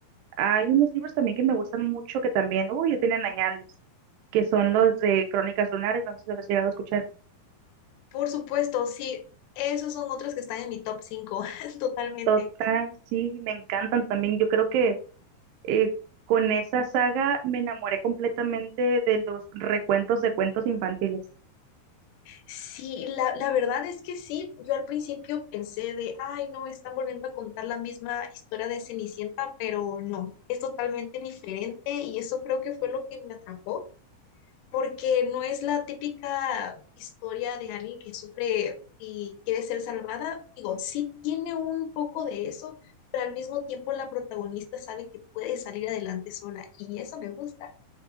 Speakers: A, on the right (about 85°); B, on the left (about 80°).
A: Hay unos libros también que me gustan mucho que también, uy, ya tienen añales, que son los de Crónicas Lunares, no sé si los has llegado a escuchar.
B: Por supuesto, sí, esos son otros que están en mi top 5, <laughs> totalmente.
A: Total, sí, me encantan también. Yo creo que eh, con esa saga me enamoré completamente de los recuentos de cuentos infantiles.
B: Sí, la, la verdad es que sí, yo al principio pensé de, ay, no, están volviendo a contar la misma historia de Cenicienta, pero no, es totalmente diferente y eso creo que fue lo que me atrapó, porque no es la típica historia de alguien que sufre y quiere ser salvada. Digo, sí tiene un poco de eso, pero al mismo tiempo la protagonista sabe que puede salir adelante sola y eso me gusta.